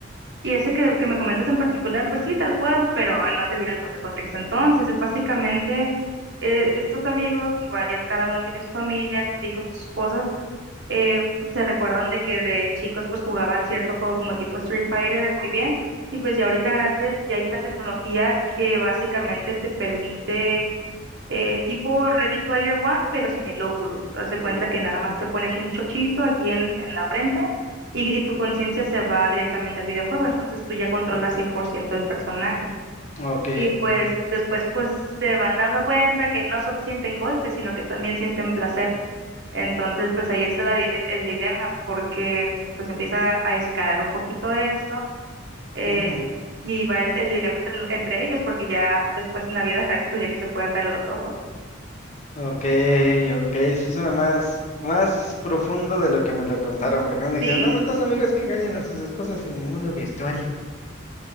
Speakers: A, on the right; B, on the left.
A: Y ese que, que me comentas en particular, pues sí, tal cual, pero no te dieron todo el contexto. Entonces, es básicamente eh, estos amigos, igual ya cada uno tiene su familia, sus hijos, sus esposas, eh, se recuerdan de que de chicos pues jugaban cierto juego como tipo Street Fighter muy bien, y pues ya ahorita grandes ya hay una tecnología que básicamente te permite eh, tipo Ready Player One, pero sin el óculos. Haz de cuenta
B: Mm,
A: que nada más te pones un chochito aquí en, en la frente y, y tu conciencia se va directamente al videojuego, entonces tú ya controlas
B: ok.
A: 100% el personaje.
B: Ok,
A: Y pues después pues se van dando cuenta que no solo sienten golpes, sino que también sienten placer. Entonces pues ahí está la dile- el dilema, porque pues empieza a escalar un poquito esto. eh,
B: ujú,
A: y va el, el dilema entre, lo- entre ellos, porque ya después en la vida <laughs> real, pues ya ni se pueden ver los ojos.
B: ok, ok, sí suena más, más profundo de lo que me lo contaron, porque me dijeron,
A: Sí,
B: no, más dos amigos que engañan a sus esposas en el mundo virtual.